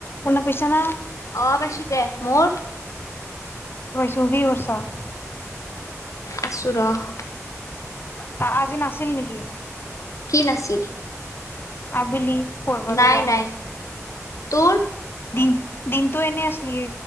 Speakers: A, on the left (about 45°); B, on the left (about 75°).
A: শুনা পাইচা না?
B: অ পাইছোঁ দে। মোৰ?
A: তুমি <unintelligible>
B: আছোঁ ৰস।
A: তা আজি নাছিল নেকি?
B: কি নাছিল?
A: আবেলি। কৰব
B: নাই
A: যে যা
B: নাই তোৰ?
A: দিন দিনটো এনেই আছলি,